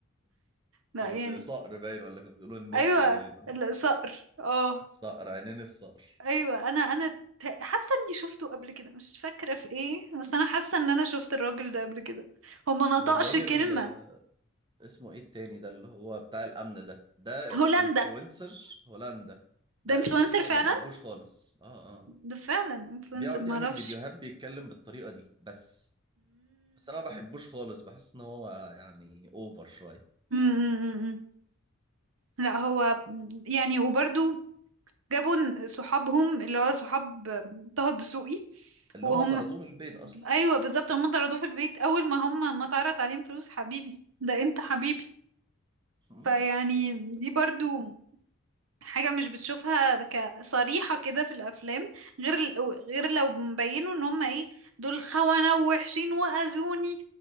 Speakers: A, on the right; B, on the right.
A: لا
B: الصقر
A: يعني
B: باين ولا كانوا بيقولوا النسر
A: ايوه
B: باين ولا
A: الصقر اه
B: الصقر عينين الصقر
A: ايوه انا انا ت- حاسه اني شفته قبل كده مش فاكره في ايه بس انا حاسه ان انا شفت الراجل ده قبل كده هو ما نطقش
B: والراجل
A: كلمه
B: آه، اسمه ايه التاني ده اللي هو بتاع الامن ده ده
A: هولندا
B: انفلونسر هولندا
A: <laughs>
B: ده
A: ده انفلونسر
B: انفلونسر
A: فعلا
B: انا ما بحبوش خالص اه اه
A: ده فعلا انفلونسر
B: بيقعد
A: ما
B: يعمل
A: اعرفش
B: فيديوهات بيتكلم بالطريقه دي بس بس انا ما بحبوش خالص بحس ان هو يعني اوفر شويه
A: امم أمم أمم. لا هو يعني وبرضو جابوا ن- صحابهم اللي هو صحاب طه الدسوقي
B: اللي
A: وهم
B: هم طردوه من البيت اصلا
A: ايوه بالظبط هم طردوه في البيت اول ما هم ما اتعرض عليهم فلوس حبيبي ده انت حبيبي
B: مم.
A: فيعني دي برضو حاجة مش بتشوفها كصريحة كده في الأفلام غير غير لو مبينوا ان هم ايه دول خونة ووحشين وأذوني